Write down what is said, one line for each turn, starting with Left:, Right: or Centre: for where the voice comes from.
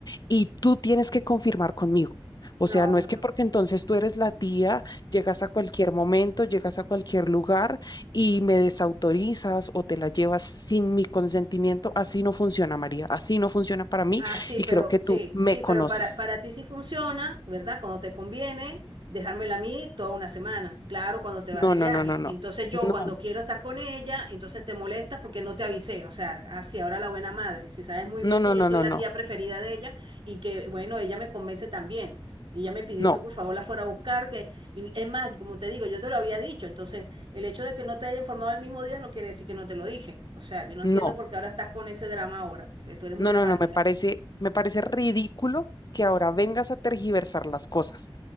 Left: y tú tienes que confirmar conmigo. O
Right: No,
Left: sea, no
Right: no.
Left: es que
Right: no.
Left: porque entonces tú eres la tía, llegas a cualquier momento, llegas a cualquier lugar y me desautorizas o te la llevas sin mi consentimiento. Así no funciona, María. Así no funciona para mí
Right: Ah, sí,
Left: y
Right: pero
Left: creo que
Right: sí,
Left: tú me
Right: sí,
Left: conoces.
Right: pero para, para ti sí funciona, ¿verdad? Cuando te conviene, dejármela a mí toda una semana, claro, cuando te vas
Left: No,
Right: de
Left: no,
Right: viaje.
Left: no, no, no.
Right: Entonces yo
Left: No,
Right: cuando quiero estar con ella, entonces te molestas porque no te avisé, o sea, así ahora la buena madre, si sabes muy
Left: no,
Right: bien
Left: no,
Right: que
Left: no,
Right: yo soy
Left: no,
Right: la
Left: no.
Right: tía preferida de ella y que, bueno, ella me convence también. Y ella me pidió
Left: No,
Right: que por favor la fuera a buscar, que, y es más, como te digo, yo te lo había dicho, entonces el hecho de que no te haya informado el mismo día no quiere decir que no te lo dije. O sea, yo no entiendo
Left: no,
Right: por qué ahora estás con ese drama ahora, que tú eres
Left: no,
Right: muy dramática.
Left: no, no. Me parece, me parece ridículo que ahora vengas a tergiversar las cosas.